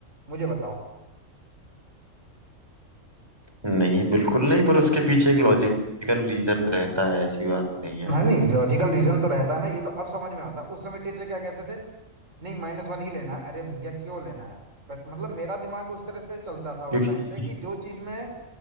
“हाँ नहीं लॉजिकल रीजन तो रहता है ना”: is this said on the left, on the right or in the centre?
Right